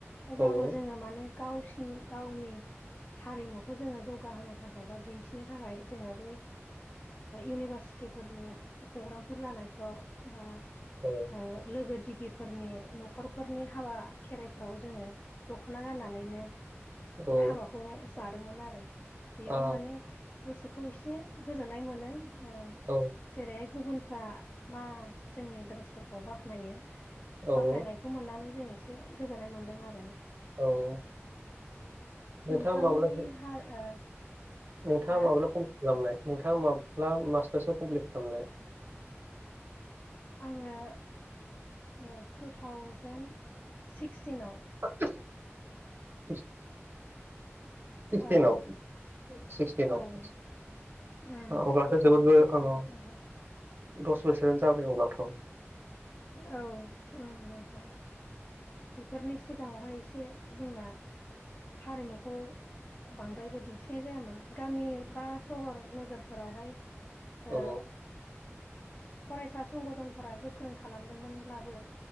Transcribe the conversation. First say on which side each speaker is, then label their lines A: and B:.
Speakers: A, on the left; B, on the right.
A: अब्लाबो
B: औ
A: जोङो माने गावसिन गावनि हारिमुखौ जोङो जौगाहोनो थाखाय बा दिन्थिनो थाखाय जोङो बै इउनिभारसिटिफोरनि प्रग्रामफोर जानायफ्राव बा
B: औ
A: ओ लोगो दिगिफोरनि न'खरफोरनि हाबा खेराइफ्राव जोङो दख'ना गाननानैनो
B: औ
A: हाबाखौ जादोंमोन आरो बेयाव
B: आ
A: माने गोसोखौ एसे गोजोननाय मोनो। ओ
B: औ
A: जेरैहाय गुबुनफ्रा मा जोंनि ड्रेसफोरखौ बाख्नायो।
B: औ
A: बाखायनायखौ मोननानै जों एसे गोजोननाय मोन्दों आरो
B: औ नोंथाङा
A: नोंथांनि
B: माब्ला
A: हाल ओ
B: नोंथाङा
A: हा
B: माब्ला कमप्लिट खालामनाय नोंथाङा माब्ला मास्टार्सआव कमप्लिट खालामनाय?
A: आङो टु थावजेेन सिक्सटिनाव।
B: <inaudible> सिक्सटिनाव
A: ओं
B: सिक्सटिनाव।
A: औ उम
B: अब्लाथ'
A: टु थावजेन
B: जोबोदबो
A: सिक्सटिनाव खोनादों
B: दस बोसोरानो जाबाय अब्लाथ'।
A: औ नोंथां। बेफोरनि सिगाङावहाय एसे जोंना हारिमुखौ बांद्रायबो दिन्थिनाय जायामोन गामि बा सहर नोगोरफोरावहाय ओ
B: औ
A: फरायसा संगनफोरा गोख्रों खालामदोंमोनब्लाबो